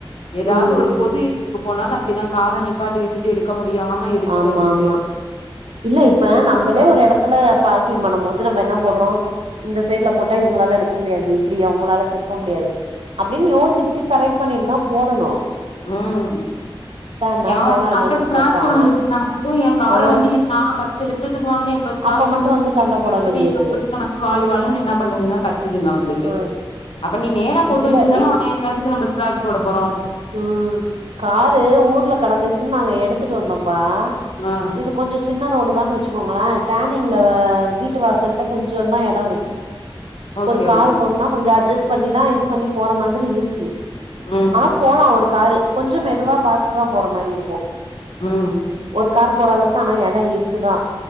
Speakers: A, on the left; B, on the right.
A: ஏதாவது
B: ம்
A: ஒரு
B: ம்
A: பொது இடத் க்கு போனாலும் அப்படிதான் கார நிப்பாட்டி வச்சுட்டு எடுக்க முடியாம எடுக்கறது
B: ஆமா ஆமா இல்ல இப்ப நம்பளே ஒரு இடத்துல பார்க்கீங்க பண்ணும்மோது நம்ம என்ன போடுறோம் இந்த சைட்ல போட்டா இவுங்களால எடுக்க முடியாது இப்படி அவுங்களால திருப்ப முடியாது அப்படின்னு யோசி ச்சு கரெக்ட் பண்ணிட்டு தான் போடணும்
A: ம்
B: என்ன
A: எவந்து
B: போனா என்னன்ட்டு
A: அப்போ ஸ்கிராட்ச்
B: போட்டா
A: விழுந்துச்சுன்னா மட்டும் என் கார
B: ஆ
A: வந்து நான் பத்து லட்சத்துக்கு வாங்குனேன் இப்ப ஸ்கிராட்ச்
B: அப்ப மட்டு
A: விழுந்துச்சு
B: வந்து சண்ட போட
A: எப்படி
B: வேண்டியது
A: அப்படின்னு வந்து வாழ் வாழுன்னு என்ன பண்ணுதுங்க கத்துதுங்க வந்துட்டு
B: ஆ
A: அப்ப நீ நேரா போட்டு
B: இல்ல
A: வச்சிருந்தன்னா
B: இப்
A: போட போறோம்
B: ம் காரு ஊர்ல கலந்துச்சுன் நாங்க எடுத்துட் வந்தோம்பா
A: ஆ
B: இது கொஞ்சோ சின்ன ரோடு ந்தா வச்சுக்கோங்கள டனிங்ல வீட்டு வாசல்ட்ட கொஞ்சோ தா எடம் இருக்கு
A: ஓகே
B: ஒரு கார்
A: ஓகே
B: போணுனா கொஞ்சோ அட்ஜஸ்ட் பண்ணிதா இது பண்ணி போற மாதிரி இருக்கு
A: ம்
B: ஆனாப் கோலோ ஒரு காரு கொஞ்சோ மெதுவா பாத்துதா போற மாரி இருக்கும்
A: ம்
B: ஒரு கார் போற அளவுக்கு ஆனா எட இருக்குதா